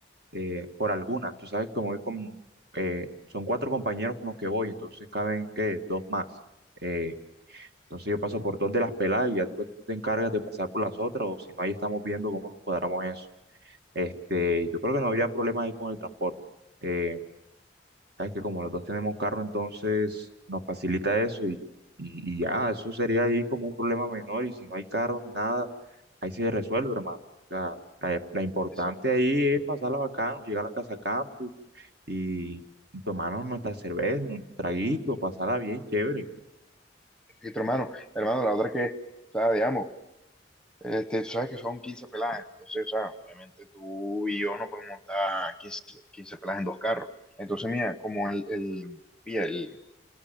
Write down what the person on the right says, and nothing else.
eh, por algunas. Tú sabes que voy con, eh, son cuatro compañeros con los que voy, entonces caben, que Dos más. Eh, Entonces yo paso por dos de las peladas y ya tú te encargas de pasar por las otras, o si no, ahí estamos viendo cómo nos cuadramos eso. Este, yo creo que no habría problema ahí con el transporte. Eh, sabes que como los dos tenemos carro, entonces nos facilita eso y, y, y ya, eso sería ahí como un problema menor y si no hay carro ni nada, ahí se resuelve, hermano. La, la, la importante
ahí es pasarla bacano, llegar a la casa campo y tomarnos nuestra cerveza, un traguito, pasarla bien, chévere.